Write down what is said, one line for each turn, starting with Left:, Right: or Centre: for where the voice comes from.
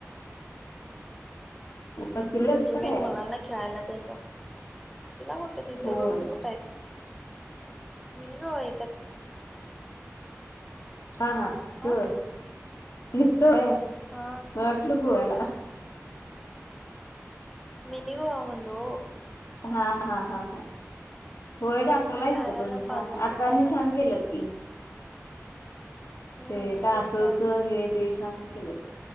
Left: वस्तीला
Centre: म्हणजे
Left: गेलता
Centre: मी
Left: काय
Centre: मुलांना खेळायला ते इला कुठेेत इथ
Left: होय
Centre: रूम्स कुठ येत मन गय
Left: हा हा त
Centre: अ
Left: ह तोय
Centre: हा
Left: म आटल गोवाला
Centre: मनी ग आवनलो
Left: हा हा हा हा होय चांगलाच
Centre: इथं कागलला
Left: पण छान
Centre: पाझर
Left: आता
Centre: तलावला
Left: आणि छान केलंत की
Centre: हम्म
Left: ते काय
Centre: तेच
Left: असवचं
Centre: तर
Left: हे ते छान केलं